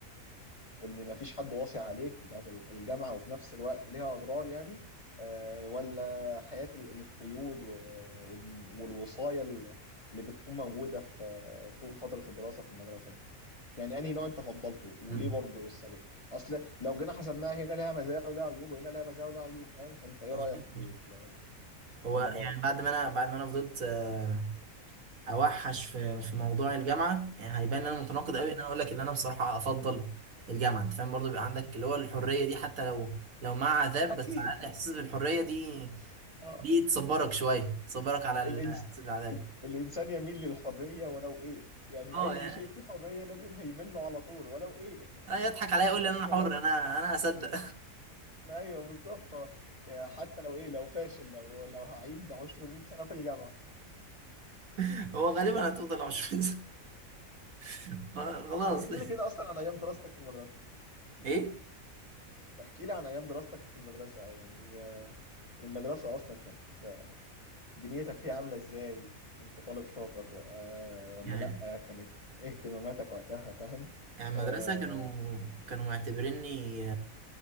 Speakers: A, on the left (about 20°); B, on the right (about 85°).
A: وان مفيش حد واصي عليك بتاعت ال- الجامعة وفي نفس الوقت ليها اضرار يعني آه، ولا حياة ال- القيود و... وال- والوصاية ال- اللي بتكون موجودة في طول فترة الدراسة في المدرسة يعني انهي نوع انت فضلته وليه
B: مم.
A: برضو السبب اصل لو جينا حسبناها هنا لها مزايا ولها عيوب وهنا لها مزايا ولها عيوب فاهم فانت ايه
B: مظبوط
A: رأيك في ال-
B: هو
A: في الموضوع
B: يعني بعد ما انا بعد ما انا فضلت آه، اوحش في في موضوع الجامعه يعني هيبان ان انا متناقض
A: ده
B: قوي ان انا اقول لك ان انا بصراحه افضل الجامعه انت فاهم برضو بيبقى عندك اللي هو الحريه دي حتى لو لو مع عذاب
A: اكيد
B: بس على الاقل احساس بالحريه دي
A: اه
B: دي تصبرك شويه تصبرك على الاحساس
A: الإنس...
B: بالعذاب
A: ال... الانسان يميل للحريه ولو ايه يعني
B: اه
A: اي
B: يعني
A: شيء فيه حريه لازم هيميل له على طول ولو ايه <laughs>
B: آه، يضحك عليا يقول
A: ما فيهاش
B: لي ان انا
A: كلام
B: حر انا انا اصدق
A: ايوه بالظبط آه. يعني حتى لو ايه لو فاشل لو لو هعيد عشر 100 سنه في الجامعه
B: <laughs> هو غالبا هتفضل عشوائي <laughs> خلاص
A: طب احكي
B: <laughs>
A: لي كده اصلا عن ايام دراستك في المدرسه
B: ايه
A: احكي لي عن ايام دراستك في المدرسه او يعني آه، المدرسه اصلا كانت آه، دنيتك فيها عامله ازاي كنت طالب شاطر آه ولا
B: يعني
A: لا كانت إيه اهتماماتك وقتها فاهم
B: يعني المدرسه
A: آه...
B: كانوا كانوا معتبريني